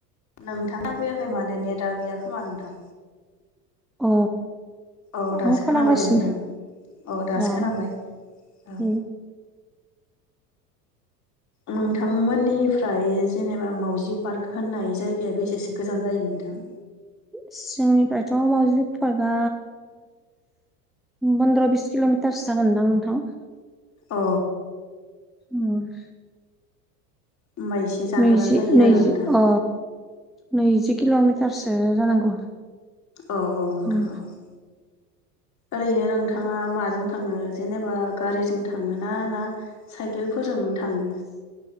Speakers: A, on the left; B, in the centre.
A: नोंथांना खोफैयाखै माने नेटा गैया खोमा नोंथां
B: अ
A: औ दासो
B: आं खोनागासिनो
A: खोनाबाय दे नोंथां औ दासो
B: अ
A: खोनाबाय औ
B: उम
A: नोंथांमोननिफ्राय जेनेबा मावजि पार्क होननाय जायगाया बेसेसो गोजान जायो नोंथां
B: जों निफ्रायथ‌ मावाउजि पार्कआ पन्द्र बिस किलमिटारसो जागोनदां नोंथां
A: अ
B: उम
A: होमबा एसे जानगारानो
B: नैजि
A: जायो
B: नैजि
A: आरोना नोंथां
B: अ नैजि किलमिटारसो जानांगौ
A: औ औ नोंथां
B: उम
A: औ ओरैनो नोंथाङा माजों थाङो जेनेबा गारिजों थाङो ना ना साइकेल फोरजोंनो थाङो